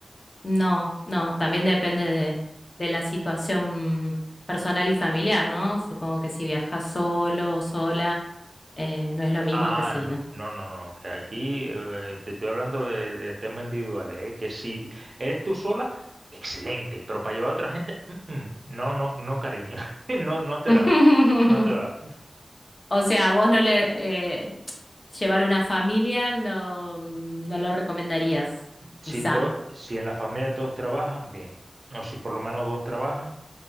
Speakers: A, on the left; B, on the right.
A: No, no, también depende de, de la situación personal y familiar, ¿no? Supongo que si viajas solo o sola, eh, no es lo mismo
B: Ah,
A: que si,
B: no,
A: ¿no?
B: no, no, no, que aquí eh, te estoy hablando de, de temas individuales, ¿eh? Que si eres tú sola, excelente, pero para llevar a otra gente, mm, mm, no, no, no, cariño, <laughs> no, no te
A: <laughs>
B: da, no te da.
A: O sea, a vos no le... eh, llevar una familia no, no lo recomendarías,
B: Si,
A: quizá.
B: to- si en la familia todos trabajan, bien, o si por lo menos dos trabajan,